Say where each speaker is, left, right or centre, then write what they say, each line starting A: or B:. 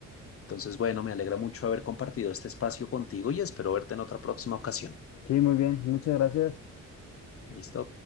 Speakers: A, on the left (about 45°); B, on the left (about 60°).
A: Entonces, bueno, me alegra mucho haber compartido este espacio contigo y espero verte en otra próxima ocasión.
B: Sí, muy bien, muchas gracias.
A: ¿Listo?